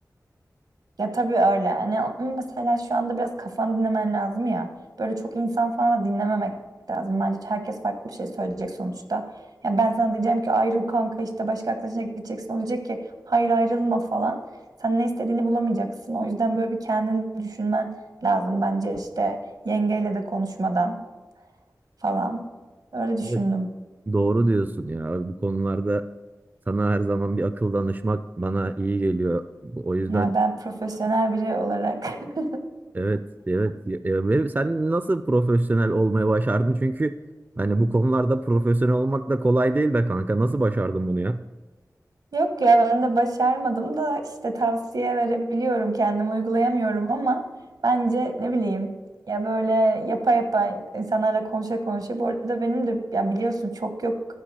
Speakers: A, on the right; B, on the right.
A: Ya tabii öyle. Hani onun mesela şu anda biraz kafanı dinlemen lazım ya. Böyle çok insan falan da dinlememek lazım. Bence herkes farklı bir şey söyleyecek sonuçta. Ya ben sana diyeceğim ki ayrıl kanka işte başka arkadaşına gideceksin. O diyecek ki hayır ayrılma falan. Sen ne istediğini bulamayacaksın. O yüzden böyle bir kendini düşünmen lazım bence işte yengeyle de konuşmadan. falan. Öyle düşündüm.
B: Evet, Doğru diyorsun ya. Bu konularda sana her zaman bir akıl danışmak bana iyi geliyor. Bu- O yüzden
A: Ya ben profesyonel biri olarak <laughs>
B: evet, evet. Ya- ve sen nasıl profesyonel olmayı başardın? Çünkü hani bu konularda profesyonel olmak da kolay değil be kanka. Nasıl başardın bunu ya?
A: yok ya ben de başarmadım da işte tavsiye verebiliyorum kendim uygulayamıyorum ama bence ne bileyim ya böyle yapa yapa insanlarla konuşa konuşa bu arada benim de ya biliyorsun çok yok